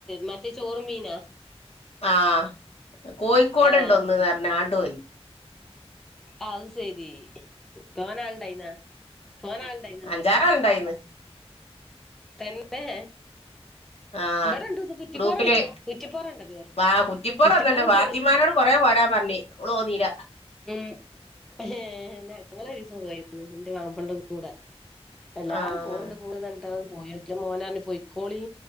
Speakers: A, in the centre; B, on the left.
A: മറ്റേ ചോറും മീനാ
B: അഹ് കോഴിക്കോട്ണ്ട്
A: ആഹ്
B: ഒന്ന്ന്നറഞ്ഞ് ആണ്ടോയി
A: അഹ് സരി തോനാൾണ്ടായിനാ തോനാൾണ്ടായിന
B: ഞ്ചാറാൾ ഇണ്ടായിന്ന്
A: തന്നെ
B: ആഹ്
A: ഇവിടെണ്ട് ഒന്ന് കുറ്റിപൊറം
B: ഗ്രൂപ്പില്
A: ഇണ്ടല്ലോ കുറ്റിപൊറംണ്ട ചോറും
B: വാ കുറ്റിപ്പുറം
A: കുറ്റിപറീം
B: വന്നിണ്ട് ഫാത്തിമാനോട്
A: ചോറിനും
B: കൊറേ പോരാപർഞ്ഞി ഓള് പോന്നീല
A: ഉം എഹ് ഞങ്ങള ഒരീസം പോയിരന്ന് ഇൻ്റെ മാപ്പളൻ്റെകൂടെ എല്ലാരും
B: ആഹ്
A: പോവ്ണ്ട് പോണതറിഞ്ഞിട്ട് ഒന്ന് പോയൊക്കി ഇന്റെ മോനറിഞ് പോയിക്കോളി